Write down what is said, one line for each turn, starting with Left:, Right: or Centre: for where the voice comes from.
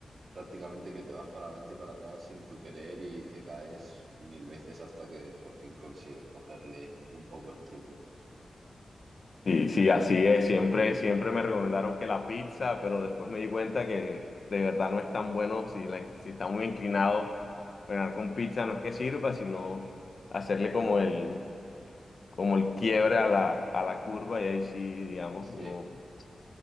Right: prácticamente que te vas para adelante y para atrás sin tu querer y te caes mil veces hasta que por fin consigues cogerle un poco el truco.
Left: y sí, así es. Siempre, siempre me recomendaron que la pizza, pero después me di cuenta que de verdad no es tan bueno si, la- si está muy inclinado. Frenar con pizza no es que sirva, sino hacerle como el, como el quiebre a la, a la curva y ahí sí, digamos,
Right: Sí.
Left: uno